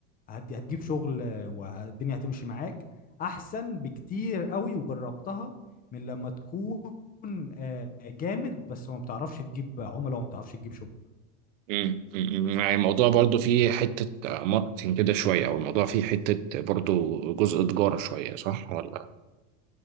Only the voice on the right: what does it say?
مم. مم. يعني الموضوع برضو فيه حتة ماركتينج كده شوية أو الموضوع فيه حتة برضو جزء تجارة شوية صح ولا